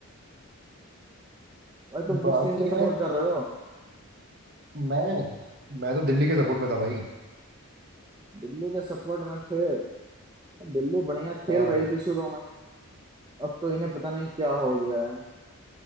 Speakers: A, on the right (about 20°); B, on the right (about 45°).
A: भाई तुम किस
B: बाकी
A: टीम को सपोर्ट
B: यार
A: कर रहे हो
B: मैं मैं तो दिल्ली के सपोर्ट में था भाई
A: दिल्ली के सपोर्ट में थे दिल्ली बढ़िया खेल
B: हाँ
A: रही थी शुरू में अब तो इन्हें पता नहीं क्या हो गया है